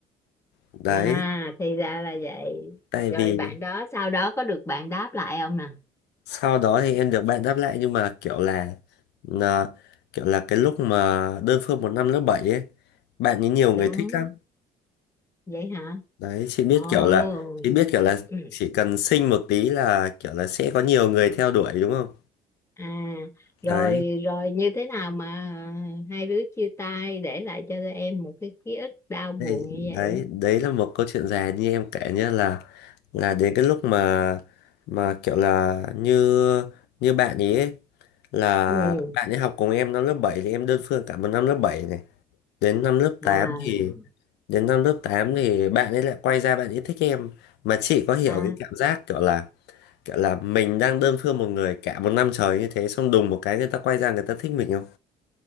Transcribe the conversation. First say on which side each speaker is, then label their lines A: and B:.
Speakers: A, on the left; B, on the left.
A: đấy
B: à thì ra là vậy
A: tại
B: rồi
A: vì
B: bạn đó sau đó có được bạn đáp lại không nè
A: sau đó thì em được bạn đáp lại nhưng mà kiểu là là- kiểu là cái lúc mà đơn phương một năm lớp 7 ấy bạn ấy nhiều
B: đúng
A: người thích lắm
B: vậy hả
A: đấy chị biết
B: ồ
A: kiểu là chị biết kiểu là
B: ừ.
A: chỉ cần xinh một tí là kiểu là sẽ có nhiều người theo đuổi đúng không
B: à
A: đấy
B: rồi rồi như thế nào mà hai đứa chia tay để lại cho em một cái ký ức đau buồn
A: Đấy,
B: như
A: đấy
B: vậy
A: đấy là một câu chuyện dài như em kể nhá là là đến cái lúc mà mà kiểu là như như bạn ý ấy, là
B: ừ
A: bạn ấy học cùng em năm lớp 7 thì em đơn phương cả một năm lớp 7 này đến năm lớp tám
B: à
A: thì đến năm lớp tám thì bạn ấy lại quay ra bạn ấy thích em mà chị có hiểu
B: à
A: cái cảm giác kiểu là kiểu là mình đang đơn phương một người cả một năm trời như thế xong đùng một cái người ta quay ra người ta thích mình không